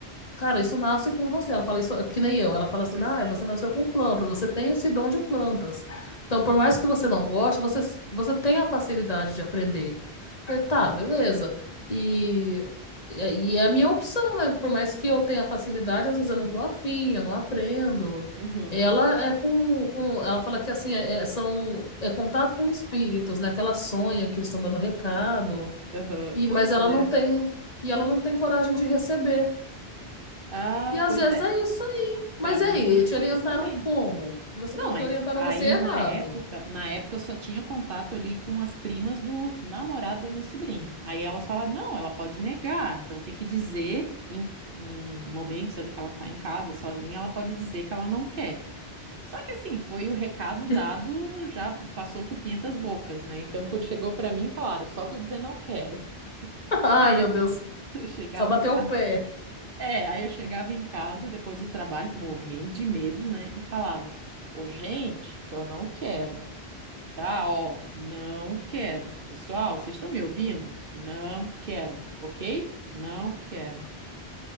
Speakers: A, on the left; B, on the right.
A: Cara, isso nasce com você. Ela fala isso que nem eu. Ela fala assim:
B: Pois
A: ah,
B: é.
A: você nasceu com plantas, você tem esse dom de plantas. Então, por mais que você não goste, você, você tem a facilidade de aprender. Eu falei, tá, beleza. E, e é a minha opção, né? Por mais que eu tenha facilidade, às vezes eu não tô afim, eu não aprendo.
B: Uhum.
A: Ela é com, com ela fala que assim, é, é- são, é contato com espíritos, né? Que ela sonha que eles estão dando recado.
B: Aham.
A: E,
B: Pois
A: mas ela
B: é.
A: não tem, e ela não tem coragem de receber.
B: Ah,
A: E às
B: pois
A: vezes
B: é.
A: é isso aí. Mas
B: Pra mim,
A: e aí,
B: meio
A: te
B: que foi
A: orientaram
B: isso também.
A: como? Você
B: Não,
A: falou que
B: aí,
A: orientaram
B: aí
A: você errado.
B: na época, na época eu só tinha contato ali com as primas do namorado da minha sobrinha. Aí elas falaram, não, ela pode negar, então tem que dizer em, em momentos ali que ela tá em casa sozinha, ela pode dizer que ela não quer. Só que assim, foi o recado dado,
A: <laughs>
B: já passou por 500 bocas, né? Então quando chegou pra mim, falaram, é só tu dizer não quero. <laughs>
A: Ai,
B: Aí
A: meu
B: eu
A: Deus,
B: che- <laughs> eu chegava
A: só bateu
B: em casa.
A: o pé.
B: É, aí eu chegava em casa depois do trabalho, morrendo de medo, né? E falava, ô gente, eu não quero. Tá, ó, não quero. Pessoal, vocês estão me ouvindo? Não quero, ok? Não quero.